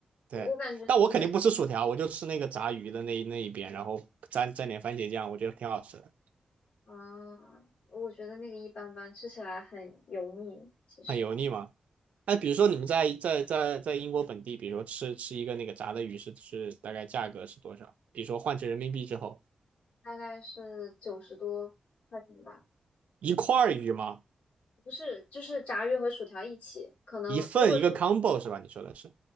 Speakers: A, on the right (about 75°); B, on the left (about 80°).
A: 对，
B: 我我感觉那个
A: 但我肯定不吃薯条，我就吃那个炸鱼的那一那一边，然后蘸蘸点番茄酱，我觉得挺好吃的，
B: 啊，我觉得那个一般般，吃起来很油腻。其实，
A: 很油腻吗？那比如说你们在在在在英国本地，
B: 嗯，
A: 比如说吃吃一个那个炸的鱼是是大概价格是多少？比如说换成人民币之后，
B: 大概是九十多块钱吧。
A: 一块鱼吗？
B: 不是，就是炸鱼和薯条一起，可能如果说
A: 一份一个 combo 是吧？你说的是